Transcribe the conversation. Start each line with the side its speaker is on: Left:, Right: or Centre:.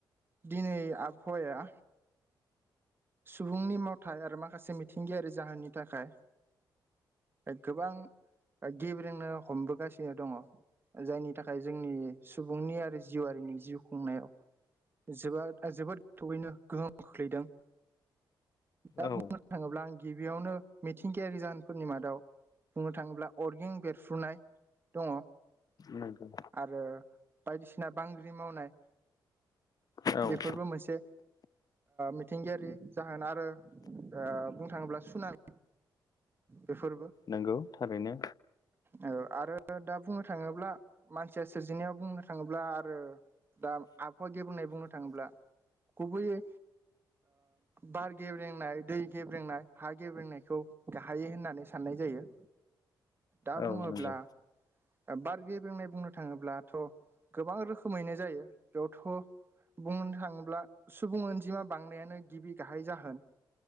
Right: दिनै आबहावाया सुबुंनि मावथाय आरो माखासे मिथिंगायारि जाहोननि थाखाय गोबां गेब्रेनो हमबोगासिनो दङ। जायनि थाखाय जोंनि सुबुंनि आरो जिउआरिनि जिउ खुंनायाव। जोबो जोबोद गोथौयैनो गोहोम खोख्लैदों। दा
Left: औ
Right: बुंनो थाङोब्ला आं गिबियावनो मिथिंगायारि जाहोनफोरनि मादाव बुंनो थाङोब्ला अरगें बेरफ्रुनाय दङ।
Left: नंगौ
Right: आरो बायदिसिना बांग्रि मावनाय।
Left: औ
Right: बेफोरबो मोनसे। मिथिंगायारि जाहोन आरो बुंनो थाङोब्ला सुनार बेफोरबो
Left: नंगौ थारैनो।
Right: औ आरो दा बुंनो थाङोब्ला। मानसिया सोरजिनायाव बुंनो थाङोब्ला आरो दा आबहावा गेबनाय बुंनो थाङोब्ला थाङोब्ला गुबैयै बार गेब्रेंनाय दै गेब्रेंनाय हा गेब्रेंनायखौ गाहायै होननानै साननाय जायो दा
Left: औ
Right: बुङोब्ला
Left: नंगौ
Right: बार गेब्रेंनाय बुंनो थाङोब्लाथ' गोबां रोखोमैनो जायो बेयावथ' बुंनो थाङोब्ला सुबुं अनजिमा बांनायानो गिबि गाहाय जाहोन